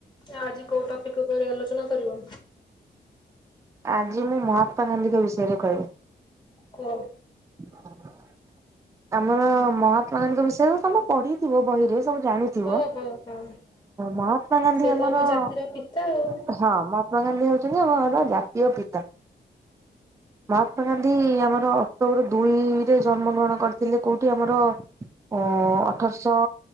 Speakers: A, on the left (about 25°); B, on the right (about 15°).
A: ଆଜି କୋଉ ଟପିକ ଉପରେ ଆଲୋଚନା କରିବ।
B: ଆଜି ମୁଁ ମହାତ୍ମା ଗାନ୍ଧୀଙ୍କ ବିଷୟରେ କହିବି।
A: ହୁ।
B: ହ ଆମର ମହାତ୍ମା ଗାନ୍ଧୀଙ୍କ ବିଷୟରେ ତମେ ପଢିଥିବ ବହିରେ ସବୁ ଜାଣିଥ
A: ହଁ ହଁ ହଁ
B: ମହାତ୍ମା ଗାନ୍ଧି
A: ସେ
B: ଆମର
A: ତ ଆମ ଜାତିର
B: ହ
A: ପିତା ଆଉ।
B: ମ ମହାତ୍ମା ଗାନ୍ଧୀ ହଉଛନ୍ତି ଆମର ଜାତୀୟ ପିତା। ମହାତ୍ମା ଗାନ୍ଧୀ ଆମର ଅକ୍ଟୋବର ଦୁଇରେ ଜନ୍ମ ଗ୍ରହଣ କରି। ଥିଲେ କୋଉଠି ଆମର ଅ ଅଠରଶହ।